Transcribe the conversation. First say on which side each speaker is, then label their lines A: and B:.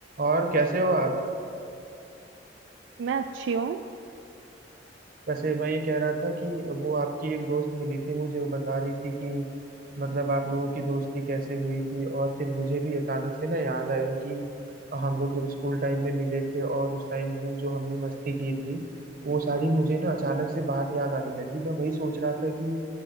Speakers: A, on the right; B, on the right.
A: और कैसे हो आप
B: मैं अच्छी हूँ
A: वैसे मैं ये कह रहा था कि वो आपकी एक दोस्त मिली थी मुझे वो बता रही थी कि मतलब आप लोगों की दोस्ती कैसे हुई थी और फिर मुझे भी अचानक से ना याद आया कि हम लोग जब स्कूल टाइम में मिले थे और उस टाइम में जो हमने मस्ती की थी वो सारी मुझे ना अचानक से बात याद आने लगी मैं वही सोच रहा था कि